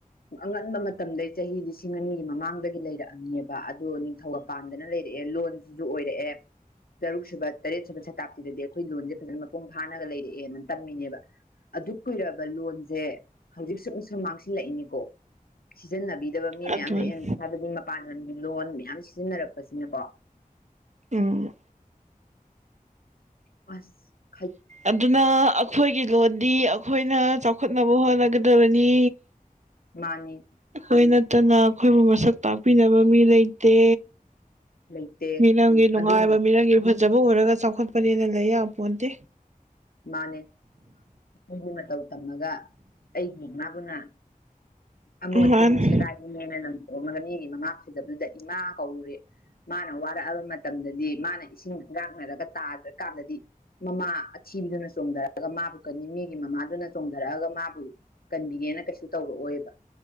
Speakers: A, on the left; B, on the right.
A: ꯑꯉꯟꯕ ꯃꯇꯝꯗꯒꯤ ꯆꯍꯤ ꯂꯤꯁꯤꯡ ꯑꯅꯤꯒꯤ ꯃꯃꯥꯡꯗꯒꯤ ꯂꯩꯔꯛꯑꯝꯅꯦꯕ ꯑꯗꯣ ꯅꯤꯡꯊꯧꯒ ꯄꯥꯟꯗꯅ ꯂꯩꯔ ꯑꯦ ꯂꯣꯟꯁꯤꯁꯨ ꯑꯣꯏꯔꯛꯑꯦ ꯇꯔꯨꯛ ꯁꯨꯕ ꯇꯔꯦꯠ ꯁꯨꯕ ꯁꯇꯥꯞꯇꯤꯗꯗꯤ ꯑꯩꯈꯣꯏ ꯂꯣꯟꯁꯦ ꯐꯖꯅ ꯃꯄꯨꯡ ꯐꯥꯅꯒ ꯂꯩꯔꯛꯑꯦꯅ ꯇꯝꯃꯤꯅꯦꯕ ꯑꯗꯨꯛ ꯀꯨꯏꯔ ꯂꯕ ꯂꯣꯟꯁꯦ ꯍꯧꯖꯤꯛ ꯁꯨꯝ ꯁꯨꯝ ꯃꯥꯡꯁꯤꯜꯂꯛꯏꯅꯤꯀꯣ ꯁꯤꯖꯤꯟꯅꯕ ꯕ ꯃꯤ
B: ꯑꯗꯨꯅꯤ
A: ꯃꯌꯥꯝꯗꯣ ꯍꯥꯏꯕꯗꯤ ꯃꯄꯥꯟ ꯂꯝꯅꯦ ꯂꯣꯟ ꯃꯌꯥꯝ ꯁꯤꯖꯤꯟꯅꯔꯛꯄꯁꯤꯅꯀꯣ
B: ꯎꯝ
A: ꯁ
B: ꯑꯗꯨꯅ ꯑꯩꯈꯣꯏꯒꯤ ꯂꯣꯟꯗꯤ ꯑꯩꯈꯣꯏꯅ ꯆꯥꯎꯈꯠꯅꯕ ꯍꯣꯠꯅꯒꯗꯕꯅꯤ
A: ꯃꯥꯅꯤ
B: ꯑꯩꯈꯣꯏ ꯅꯠꯇꯅ ꯑꯩꯈꯣꯏꯕꯨ ꯃꯁꯛ ꯇꯥꯛꯄꯤꯅꯕ ꯃꯤ ꯂꯩꯇꯦ
A: ꯂꯩꯇꯦ
B: ꯃꯤꯔꯝꯒꯤ ꯅꯨꯡꯉꯥꯏꯕ
A: ꯑꯗꯨꯏ
B: ꯃꯤꯔꯝꯒꯤ ꯐꯖ ꯖꯕ ꯎꯔꯒ ꯆꯥꯎꯈꯠꯄꯅꯦꯅ ꯂꯩ ꯌꯥꯄꯣꯟꯇꯦ
A: ꯃꯥꯅꯦ ꯃꯤꯒꯤ ꯃꯇꯧ ꯇꯝꯃꯒ ꯑꯩꯒꯤ ꯏꯃꯥꯕꯨꯅ ꯑꯃꯣꯠꯄꯤꯅꯤ
B: ꯃꯥꯅꯤ
A: ꯁꯦꯒꯥꯏꯕꯤꯅꯦꯅ ꯂꯪꯊꯣꯛꯑꯝꯃꯒ ꯃꯤꯒꯤ ꯃꯃꯥ ꯐꯖꯕꯤꯗꯨꯗ ꯏꯃꯥ ꯀꯧꯔꯨꯔꯦ ꯃꯥꯅ ꯋꯥꯔꯛꯑꯕ ꯃꯇꯝꯗꯗꯤ ꯃꯥꯅ ꯏꯁꯤꯡ ꯏꯉꯥꯛꯅꯔꯒ ꯇꯥꯗ꯭ꯔꯀꯥꯟꯗꯗꯤ ꯃꯃꯥ ꯁꯤꯗꯨꯅ ꯆꯣꯡꯊꯔꯛꯑꯒ ꯃꯥꯕꯨ ꯀꯟꯅꯤ ꯃꯤꯒꯤ ꯃꯃꯥꯗꯨꯅ ꯆꯣꯡꯊꯔꯛꯑꯒ ꯃꯥꯕꯨ ꯀꯟꯕꯤꯒꯦꯅ ꯀꯩꯁꯨ ꯇꯧꯔꯛꯑꯣ ꯑꯣꯏꯕ